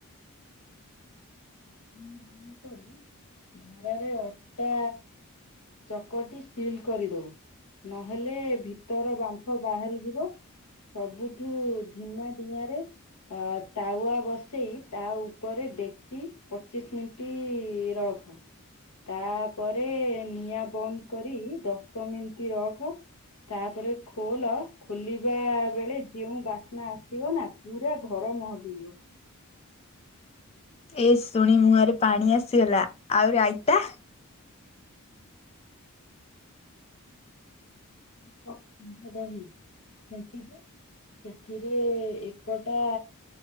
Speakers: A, on the left (about 80°); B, on the left (about 30°).
A: ପାଣି ବନ୍ଦ କରି ଧାରାରେ ଅଟା ଚକଟି ସିଲ୍ କରିଦବୁ। ନହେଲେ ଭିତର ବାମ୍ଫ ବାହାରିଯିବ। ସବୁଠୁ ଧିମା ଦିଆଁରେ ତାୱା ବସେଇ। ତା ଉପରେ ଡେକଚି ପଚିଶ୍ ମିଣ୍ଟି ରଖ। ତାପରେ ନିଆଁ ବନ୍ଦ କରି। ଦଶ ମିଣ୍ଟି ରଖ ତାପରେ ଖୋଲ। ଖୋଲିବା ବେଳେ ଯେଉଁ ବାସ୍ନା ଆସିବ ନା। ପୁରା ଘର ମହକି <inaudible>
B: ଏ ଶୁଣି ମୁହଁରେ ପାଣି ଆସିଗଲା। ଆଉ ରାଇତା।
A: <inaudible> ଦହି ଫେଣ୍ଟି ଦେ। ସେଥିରେ ଏକଟା